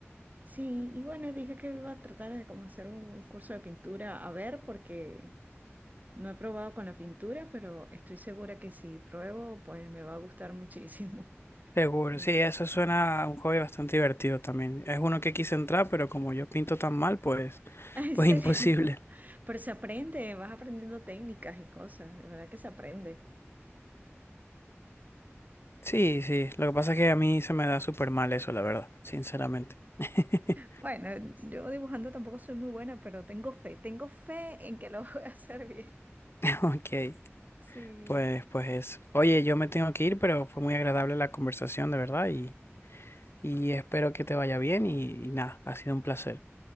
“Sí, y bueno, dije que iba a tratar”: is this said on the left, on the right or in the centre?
Right